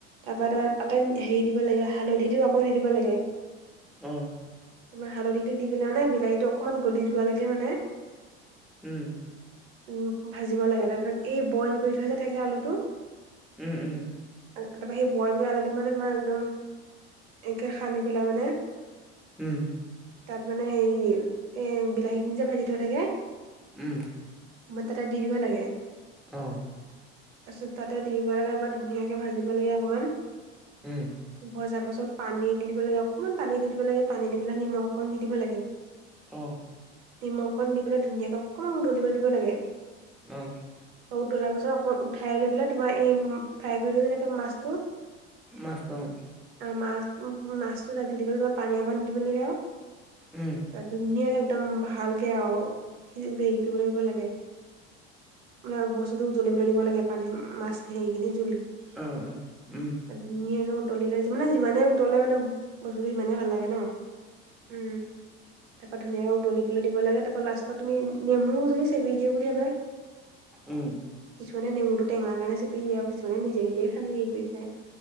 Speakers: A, on the right (about 75°); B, in the centre.
A: তাৰপা তাত হেৰি দিব লাগে হালধিটোও আকৌ দি দিব লাগে।
B: উম।
A: তোমাৰ হালধিটো দি পেলাই মানে বিলাহীটো অকনমান গলি যোৱালৈকে মানে
B: উম।
A: উম, ভাজিব লাগে তাৰ পিছত এই বইল কৰি থৈ যে থাকে আলুটো
B: উম, উম।
A: তাৰপৰা সেই বইল কৰা আলুটো তোমাৰ একদম একে সানি পেলাই মানে
B: উম।
A: তাত মানে হেৰি এ বিলাহী খিনি যে ভাজি থোৱা থাকে।
B: উম।
A: মানে তাতে দি দিব লাগে।
B: অ'।
A: তাৰপিছত তাতে দি দিব লাগে বা ধুনীয়াকে ভাজিব লাগে অকণমান
B: উম।
A: ভজাৰ পাছত পানী দি দিব লাগে অকনমান পানী দি দিব লাগে, পানী দি পেলাই নিমখ অকণ দি দিব লাগে।
B: অ'।
A: নিমখ অকণ দি পেলাই ধুনীয়াকে অকণমান উতলিবলৈ দিব লাগে।
B: উম।
A: অ' উতলাৰ পাছত অকন উঠাই লৈ পেলাই তোমাৰ এই ফ্ৰাই কৰি থোৱা মাছটো
B: মাছটো অ'।
A: মাছ মাছটো তাত দি দিব লাগিব পানী অকণ দি দিব লাগে আৰু
B: উম-
A: ত ধুনীয়াকে একদম ভালকে আৰু হেৰি কৰিব লাগিব লাগে। <unintelligible> বস্তুতটো জ্বলিবলৈ <unintelligible> দিবলাগে মাছখিনি।
B: অ- অ 'উম
A: ধুনীয়াকে উতলিলে মানে যিমানেই উতলে মানে বস্তুটো সিমানেই ভাল লাগে ন উম তাৰপৰা ধুনীয়াকৈ উতলিবলৈ দিব লাগে তাৰপৰা লাষ্টত তুমি নেমু যদি চেপি দিওঁ বুলি ভাবা।
B: উম্
A: কিছুমানে নেমুটো টেঙাৰ কাৰণে চেপি দিয়ে আৰু কিছুমানে নিজে নিজে সানি হেৰি কৰি খায়।